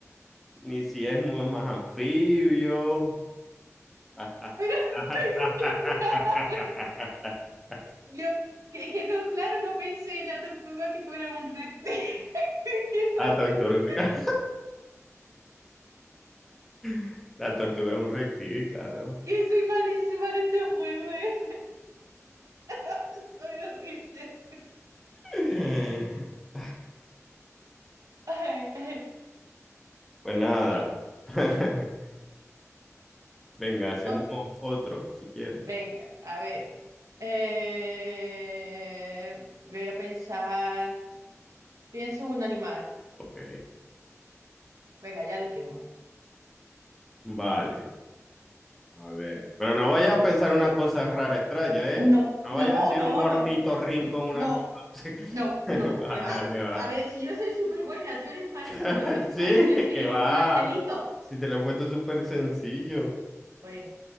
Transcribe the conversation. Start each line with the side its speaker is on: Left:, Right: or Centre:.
Centre: ni si es mu- más anfibio. <laughs>
Right: Pero <laughs> que claro, yo que, que no, claro, no pensé en la tortuga que fuera un reptil. <laughs> Qué
Centre: La tortuga.
Right: horrible.
Centre: <laughs> La tortuga es un reptil, claro.
Right: Que soy malísima en este juego, ¿eh? <laughs> Soy horrible.
Centre: <laughs>
Right: Ay, ay,
Centre: Pues nada.
Right: ay.
Centre: <laughs> Venga, hacemos
Right: No.
Centre: otro, si quieres.
Right: Venga, a ver. Eh, voy a pensar. Pienso un animal.
Centre: Ok,
Right: Venga, ya lo tengo.
Centre: vale, a ver. Pero no vaya a pensar una cosa rara, extraña, ¿eh?
Right: No,
Centre: No
Right: no,
Centre: vaya a decir
Right: no,
Centre: un ornitorrinco,
Right: no,
Centre: una
Right: no,
Centre: cosa.
Right: no,
Centre: <laughs>
Right: no,
Centre: Vale,
Right: que va.
Centre: va.
Right: A ver, si yo soy súper buena, tú eres malísimo
Centre: <laughs>
Right: y yo soy,
Centre: Sí,
Right: ma- yo soy
Centre: que va.
Right: un angelito.
Centre: Si te lo he puesto súper sencillo.
Right: Bueno.